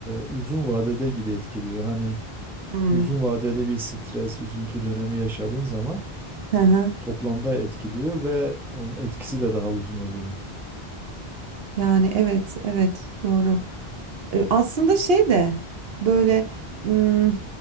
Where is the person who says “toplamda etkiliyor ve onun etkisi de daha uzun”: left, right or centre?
Centre